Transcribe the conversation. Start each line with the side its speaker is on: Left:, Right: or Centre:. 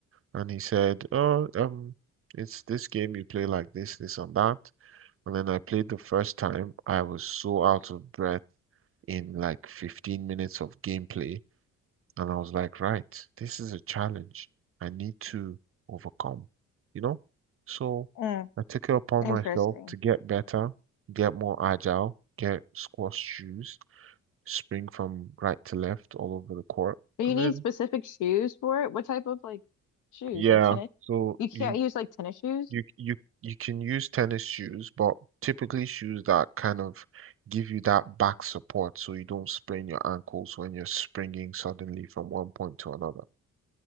Right: And he said, "Oh, um, it's this game you play like this, this and that." And then I played the first time. I was so out of breath in like 15 minutes of gameplay. And I was like, right, this is a challenge I need to overcome, you know? So
Left: Mm,
Right: I took it upon
Left: interesting.
Right: myself to get better, get more agile, get squash shoes, spring from right to left all over the court.
Left: Do
Right: And
Left: you need
Right: then,
Left: specific shoes for it. What type of like shoes?
Right: yeah,
Left: Like tennis?
Right: so
Left: You can't
Right: you
Left: use like tennis shoes.
Right: You you you can use tennis shoes, but typically shoes that kind of give you that back support so you don't sprain your ankles when you're springing suddenly from one point to another.